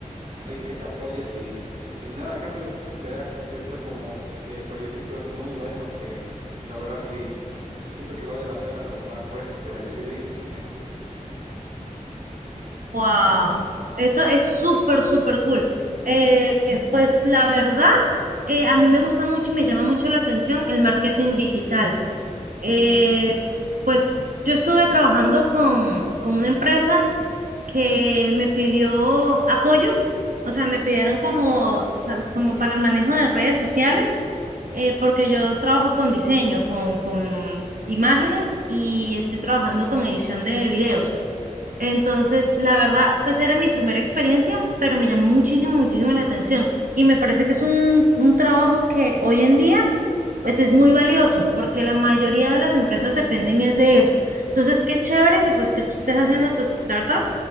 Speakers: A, on the right; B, on the right.
A: alguien que te apoye sin, sin nada a cambio, literal. Es- son como que proyectitos muy buenos que la verdad sí siento que vale la pena tomar, por eso es que me decidí. <laughs>
B: ¡Wow! Eso es súper, súper cool. Eh, eh, pues la verdad, eh, a mí me gusta mucho y me llama mucho la atención el marketing digital. Eh, pues yo estuve trabajando con, con una empresa que me pidió apoyo, o sea, me pidieron como, o sea, como para el manejo de redes sociales, eh, porque yo trabajo con diseño, con, con imágenes y estoy trabajando con edición de videos. Entonces, la verdad, pues era mi primera experiencia, pero me llamó muchísimo, muchísimo la atención y me parece que es un, un trabajo que hoy en día, pues es muy valioso, porque la mayoría de las empresas dependen es de eso. Entonces, qué chévere que pues que tú estés haciendo tu startup